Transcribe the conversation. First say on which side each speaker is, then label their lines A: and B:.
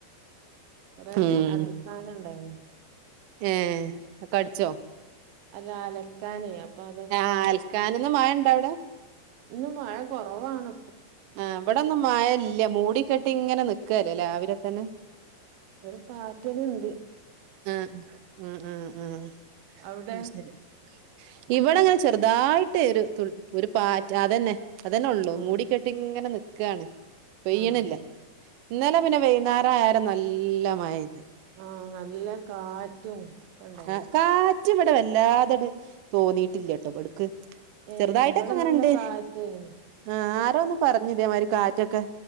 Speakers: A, on the right; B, on the right.
A: കൊറെ
B: ഉം
A: അലക്കാനുണ്ടെനു
B: ഏ കടിച്ചോ
A: അല്ല അലക്കാനേ അപ്പൊ അതൊക്കെ
B: ആഹ്
A: ഇങ്ങനെ
B: അൽക്കാനിന്ന് മഴ ഇണ്ട അവിടെ
A: ഇന്ന് മഴ കൊറവാണ്
B: ആ ഇവിടൊന്നും മായല്ല മൂടിക്കെട്ടി ഇങ്ങനെ നിക്കല്ലേ രാവിലെ തന്നെ
A: ഒരു പാറ്റല് ഇണ്ട്
B: ആ ആ ഉം ഉം
A: അവിടെ
B: അ ശരി ഇവിടെങ്ങനെ ചെറുതായിട്ട് ഒരു ഒരു പാറ്റ് അതന്നെ അതന്നെ ഒള്ളൂ
A: ആഹ്
B: മൂടിക്കെട്ടി ഇങ്ങനെ നിക്കാണ് പെയ്യ്ണില്ല
A: ആഹ്
B: ഇന്നലെ പിന്നെ വെയിന്നേരായാരെ നല്ല മഴയ്ത്
A: ആഹ് നല്ല കാറ്റും ഒക്കെ ഇണ്ടായിനി
B: ആ കാറ്റ് ഇവിടെ വല്ലാതട് തോന്നി ട്ടില്ലബട്ക്ക്
A: ഏ
B: ചെറുതായിട്ടൊക്കെ
A: ഇവിടെ
B: ങ്ങനണ്ട്
A: നല്ല കാറ്റേനി
B: ആ ആരോന്ന് പറഞ്ഞ് ഇതേ മാരി കാറ്റൊക്കെ